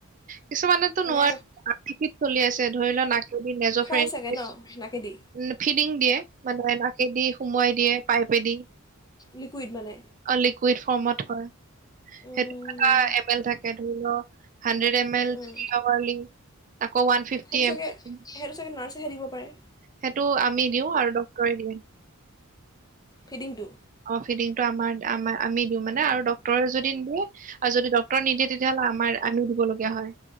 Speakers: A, on the right (about 35°); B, on the left (about 20°).
A: কিছুমানেতো
B: মানে
A: নোৱাৰে, <unintelligible> চলি আছে ধৰি লোৱা নাকেদি নেজ
B: খুৱাই
A: ফ্ৰেক
B: চাগে ন নাকেদি
A: উম ফিডিং দিয়ে মানে নাকেদি সুমোৱাই দিয়ে পাইপে দি।
B: লিকুইড মানে
A: অ লিকুইড ফৰ্মত হয়।
B: উম,
A: সেইটো <unintelligible> এম এল থাকে, ধৰি ল হাণ্ডৰেড এম
B: উম,
A: এল
B: উম।
A: <unintelligible> ফিফটি
B: সেইটো
A: এম
B: চাগে,
A: এল
B: সেইটো চাগে নাৰচেহে দিব পাৰে।
A: সেইটো আমি দিওঁ আৰু ডক্তৰে দিয়ে।
B: ফিডিংটো?
A: অ ফিডিংটো আমাৰ আম আমি দিওঁ মানে আৰু ডক্তৰে যদি দিয়ে আৰু যদি ডক্তৰে নিদিয়ে তেতিয়াহলে আমাৰ আমিও দিবলগীয়া হয়।